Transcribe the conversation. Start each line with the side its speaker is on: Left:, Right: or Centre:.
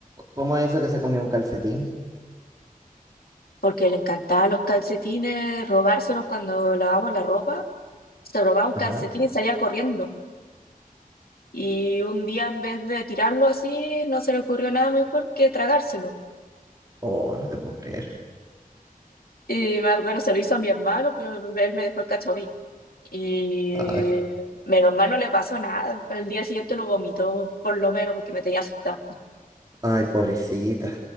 Right: ¿Cómo es eso que se comió un calcetín?
Left: porque le encantaban los calcetines, robárselos cuando lavábamos la ropa, se robaba un calcetín
Right: Ajá.
Left: y salía corriendo. Y un día en vez de tirarlo así, no se le ocurrió nada mejor que tragárselo.
Right: Oh, no te puedo creer.
Left: Y más bueno, se lo hizo a mi hermano, pero él me dejó el cacho a mí. Y
Right: Ay,
Left: menos mal no le pasó nada. El día siguiente lo vomitó, por lo menos, porque me tenía asustada.
Right: ay, pobrecita,